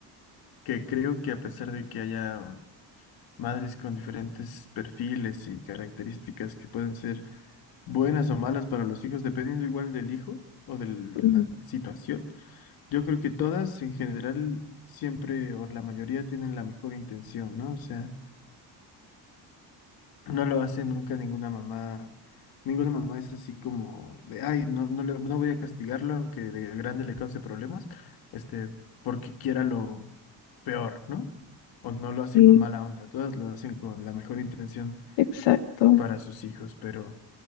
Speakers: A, on the left (about 55°); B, on the left (about 80°).
A: que creo que a pesar de que haya madres con diferentes perfiles y características que pueden ser buenas o malas para los hijos, dependiendo igual del hijo o de la
B: Ujú,
A: situación. Yo creo que todas en general siempre o la mayoría tienen la mejor intención, ¿no? O sea, no lo hace nunca ninguna mamá. Ninguna mamá es así como de, ay, no, no, le- no voy a castigarlo aunque de grande le cause problemas, este, porque quiera lo peor, ¿no? O no lo hace
B: Sí,
A: con mala onda, todas lo hacen con la mejor intención.
B: exacto.
A: para sus hijos, pero